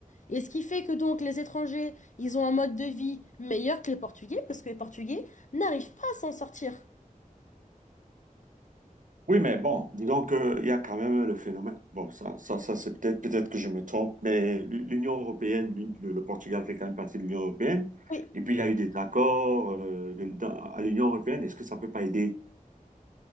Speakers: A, on the left; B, on the right.
A: Et ce qui fait que donc les étrangers, ils ont un mode de vie meilleur que les Portugais, parce que les Portugais n'arrivent pas à s'en sortir.
B: Oui, mais bon, disons qu'il y a quand même le phénomène. Bon, ça, ça, ça c'est peut-être peut-être que je me trompe, mais l'U- l'Union européenne, l'U- le le Portugal fait quand même partie de l'Union européenne.
A: Oui.
B: Et puis, il y a eu des accords euh, de- dans- à l'Union européenne. Est-ce que ça peut pas aider?